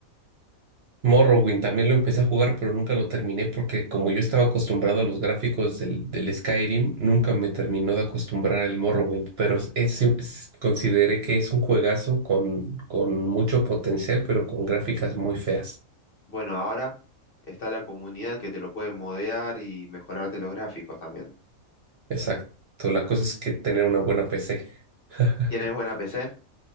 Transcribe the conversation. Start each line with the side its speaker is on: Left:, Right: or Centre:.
Right: Morrowind también lo empecé a jugar, pero nunca lo terminé porque como yo estaba acostumbrado a los gráficos del, del Skyrim, nunca me terminó de acostumbrar el Morrowind, pero es, es- consideré que es un juegazo con, con mucho potencial, pero con gráficas muy feas.
Left: Bueno, ahora está la comunidad que te lo puede modear y mejorarte los gráficos también.
Right: Exacto. La cosa es que tener una buena PC. <laughs>
Left: ¿Tienes buena PC?